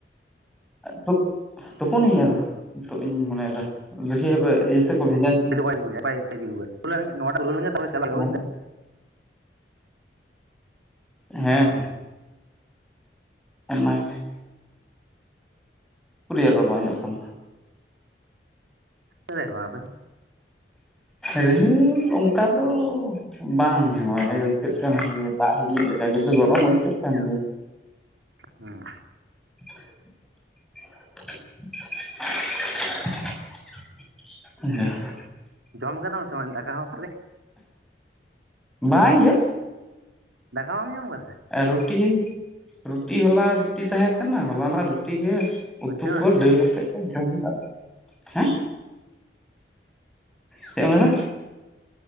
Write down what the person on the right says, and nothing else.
<unintelligible> ᱱᱚᱣᱟ ᱴᱟᱜ ᱯᱩᱨᱟᱹᱣ ᱞᱮᱱᱜᱮ ᱛᱟᱨᱯᱚᱨᱮ ᱪᱟᱞᱟᱜ ᱦᱩᱭᱩᱜᱼᱟ
ᱵᱩᱡ ᱮᱫᱟᱢ
<unintelligible>
ᱦᱩᱸ
ᱡᱚᱢ ᱟᱠᱟᱫᱟᱢ ᱥᱮ ᱵᱟᱝ ᱫᱟᱠᱟ ᱦᱚᱸ ᱛᱟᱦᱚᱞᱮ,
ᱫᱟᱠᱟ ᱵᱟᱢ ᱡᱚᱢ ᱟᱠᱟᱫᱟ ᱾
ᱛᱤᱱᱟᱹᱜ